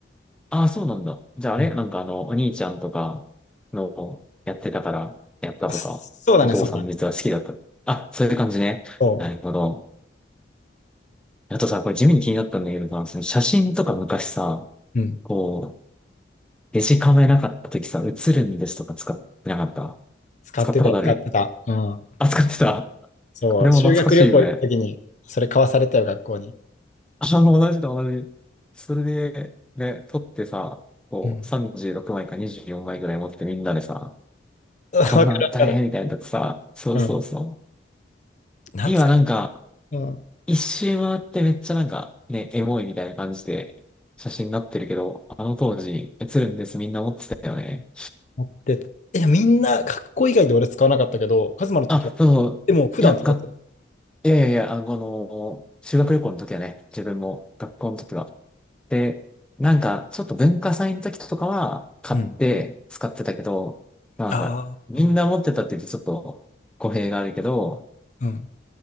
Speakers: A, in the centre; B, on the left.
A: ああ、そうなんだ。じゃああれなんかあの、
B: うん。
A: お兄ちゃんとかのやってたから、やったとか、
B: そうだね、
A: お父さん実は好きだった。
B: そうだね。
A: あ、そういう感じね。
B: そ
A: なるほど。あとさ、これ地味に気になったんだけどさ、その写真とか昔さ、
B: う。うん。
A: こう、デジカメなかった時さ、写るんですとか使ってなかった
B: 使ってた、
A: 使ったことある
B: 使ってた。うん。
A: あ、使ってた。
B: そう。
A: あれも懐かしいよね。
B: 修学旅行行くときに、それ買わされたよ、学校に。
A: あ、同じだ、同じ。それで、で、取ってさ、こう、
B: うん。
A: 36枚か24枚ぐらい持ってみんなでさ、
B: <laughs> わかるわかる。
A: こんなんあったね、みたいなとこさ、そうそうそう。
B: うん。懐かし
A: 今なんか、
B: い。うん。うん
A: 一周回ってめっちゃなんか、ね、エモいみたいな感じで、写真になってるけど、あの当時、写るんです、みんな持ってたよね。
B: 持ってたいや、みんな、学校以外で俺使わなかったけど、カズマの時は。
A: あ、そうそう。
B: でも、普段使ってた。
A: いや、がいやいやいや、あの、この修学旅行の時はね、自分も学校の時は。で、なんか、ちょっと文化祭の時とかは買って使ってたけど、
B: うん。
A: まあなんか、
B: ああ。
A: みんな持ってたって言うとちょっと語弊があるけど、
B: うん。